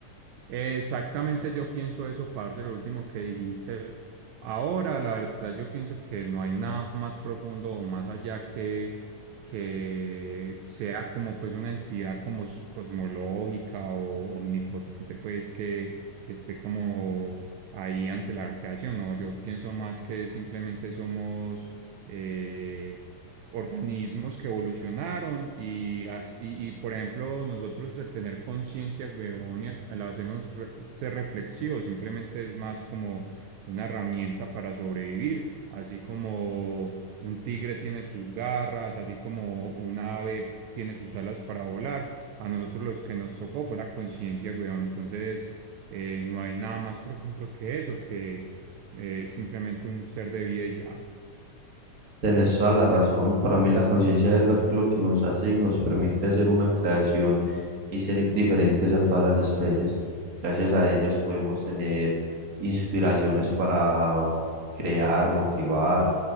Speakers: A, on the right; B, on the right.
A: Exactamente, yo pienso eso, parce, lo último que dijiste. Ahora, la verdad, yo pienso que no hay nada más profundo o más allá que, que sea como pues una entidad como s- cosmológica o omnipotente, pues que, que esté como ahí ante la creación, ¿no? Yo pienso más que simplemente somos... eh, organismos que evolucionaron y, as- y, y, por ejemplo, nosotros el tener conciencia, huevón, y al al hacernos re- ser reflexivos, simplemente es más como una herramienta para sobrevivir, así como un tigre tiene sus garras, así como un ave tiene sus alas para volar. A nosotros los que nos tocó fue la conciencia, huevón Entonces, eh, no hay nada más profundo que eso, que eh, es simplemente un ser de vida y ya.
B: Tenés toda la razón. Para mí la conciencia es lo, lo que nos hace y nos permite hacer una creación y ser diferentes a todas las especies. Gracias a ellos podemos tener inspiraciones para crear, motivar